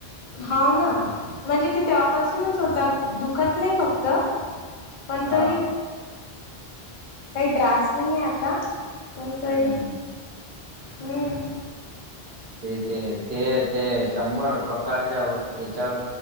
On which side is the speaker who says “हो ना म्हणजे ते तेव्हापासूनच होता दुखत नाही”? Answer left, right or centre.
Left